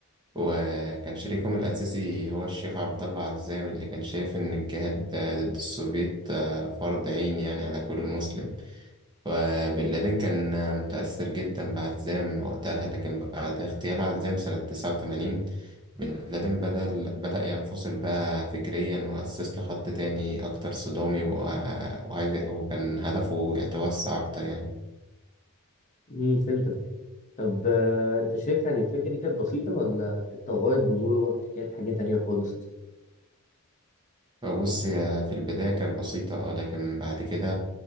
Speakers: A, on the right (about 20°); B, on the left (about 35°).
A: وكان شريكهم الأساسي هو الشيخ عبد الله عزام اللي كان شايف إن الجهاد آه، ضد السوفيت آه، فرض عين يعني على كل مسلم وبن لادن كان متأثر جدا بعزام وقتها لكن بعد اغتيال عزام سنة تسعة وتمانين بن لادن بدل بدأ ينفصل بقى فكريا وأسس لخط تاني أكتر صدامي وع- وعايز وكان هدفه يتوسع أكتر يعني
B: امم فهمتك طب آه، أنت شايف يعني الفكرة دي كانت بسيطة ولا اتطورت بمرور الوقت كده لحاجة تانية خالص أصلا؟
A: بص هي في البداية كانت بسيطة اه لكن بعد كده